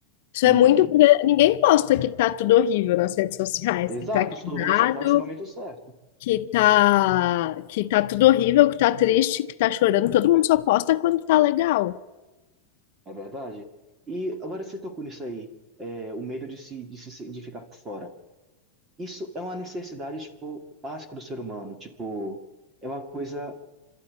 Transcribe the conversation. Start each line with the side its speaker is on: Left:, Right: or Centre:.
Left: Isso
Right: Uhum.
Left: é muito porque ninguém posta que tá tudo horrível nas redes sociais,
Right: Exato,
Left: que tá quebrado,
Right: se todo mundo só posta no momento certo,
Left: que tá, que tá tudo horrível, que tá triste, que tá chorando. Todo mundo só posta quando tá legal.
Right: é verdade. E agora você tocou nisso aí, é, o medo de se, de se de ficar por fora. Isso é uma necessidade, tipo, básica do ser humano, tipo, é uma coisa